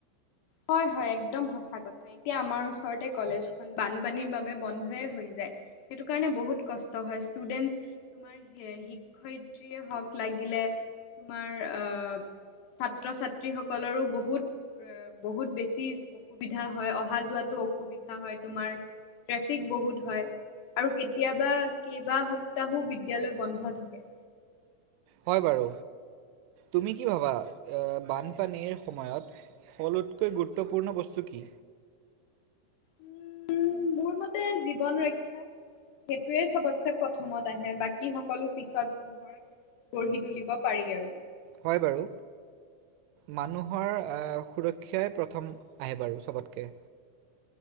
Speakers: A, on the left (about 70°); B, on the right (about 85°).
A: হয় হয় একদম সঁচা কথা। এতিয়া আমাৰ ওচৰতে কলেজখন বানপানীৰ বাবে বন্ধয়ে হৈ যায়। সেইটো কাৰণে বহুত কষ্ট হয় ষ্টুডেন্টচ তোমাৰ শিক্ষয়িত্ৰীয়ে হওঁক লাগিলে তোমাৰ আহ ছাত্ৰ ছাত্ৰী সকলৰো বহুত। বহুত বেছি অসুবিধা হয় অহা যোৱাতো অসুবিধা হয়। তোমাৰ ট্ৰেফিক বহুত হয়। আৰু কেতিয়াবা কেইবা সপ্তাহো বিদ্যয়ালয় বন্ধ থাকে।
B: হয় বাৰু তুমি কি ভাবা বানপানীৰ সময়ত সলোতকৈ গুৰুত্বপূৰ্ণ বস্তু কি?
A: উম মোৰ মতে জীৱন ৰক্ষা। সেইটোৱে চবতছেে প্ৰথমত আহে বাকী সকলো পিছত পোন্ধৰ। গঢ়ি তুলিব পাৰি। আৰু
B: হয়। বাৰু মানুহৰ সুৰক্ষাই প্ৰথম আহে। বাৰু চবতকে